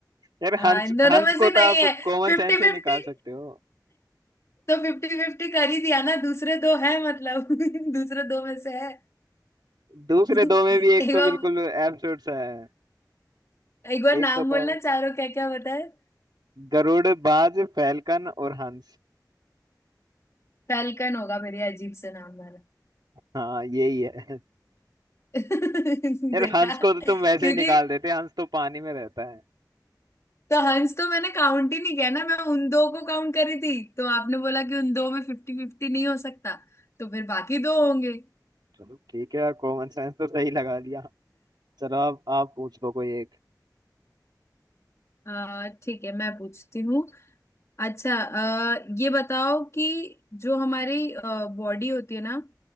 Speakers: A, on the right (about 70°); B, on the left (about 40°).
A: यार
B: हाँ
A: हंस
B: इन दोनों
A: हंस
B: में
A: को
B: से
A: तो
B: नहीं
A: आप
B: है
A: कॉमन
B: Fifty
A: सेंस से
B: fifty
A: निकाल सकते हो
B: तो फिफ्टी फिफ्टी कर ही दिया ना दूसरे दो है मतलब <laughs> दूसरे दो में से है
A: दूसरे
B: <laughs>
A: दो में भी एक
B: एक
A: तो
B: बार
A: बिल्कुल एब्सर्ड सा है
B: एक बार
A: एक
B: नाम
A: को
B: बोलना
A: तो
B: चारों क्या क्या बताए
A: गरुड़ बाज फैलकन और हंस
B: फैल्कन होगा मेरी अजीब से नाम वाला
A: हाँ यही है
B: <laughs> देखा
A: यार हंस को तो तुम वैसे
B: क्योंकि
A: ही निकाल देते हंस तो पानी में रहता है
B: तो हंस तो मैंने काउंट ही नहीं किया ना मैं उन दो को काउंट करी थी तो आपने बोला कि उन दो में फिफ्टी फिफ्टी नहीं हो सकता तो फिर बाकी दो होंगे
A: चलो ठीक है यार कॉमन सेंस तो सही लगा दिया चलो आप आप पूछ लो कोई एक
B: अ, ठीक है मैं पूछती हूँ अच्छा अ, ये बताओ कि जो हमारी बॉडी होती है ना